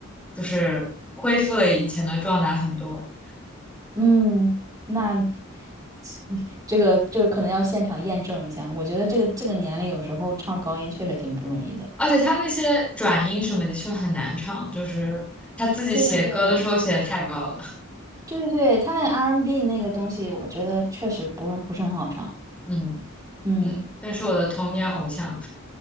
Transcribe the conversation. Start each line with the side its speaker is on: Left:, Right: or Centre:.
Centre: 就是恢复了以前的状态很多。
Right: 嗯，那 <laughs> 这个这个可能要现场验证一下。我觉得这个这个年龄有时候唱高音确实挺不容易的。
Centre: 而且他那些转音什么的确很难唱，就是他自己写歌的时候写的太高了。
Right: 对对对对对对，他那个 R&B 那个东西，我觉得确实不是不是很好唱。
Centre: 嗯
Right: 嗯。
Centre: 嗯，但是我的童年偶像，